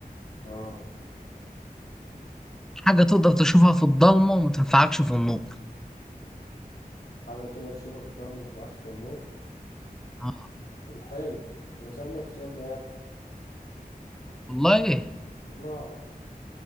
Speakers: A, on the left; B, in the centre.
A: آه
B: حاجة تقدر تشوفها في الضلمة وما تنفعكش في النور
A: حاجة تقدر تشوفها في الضلمة متنفعكش في النور
B: آه،
A: الحلم أنا سألتك السؤال ده يا ابني
B: والله
A: الله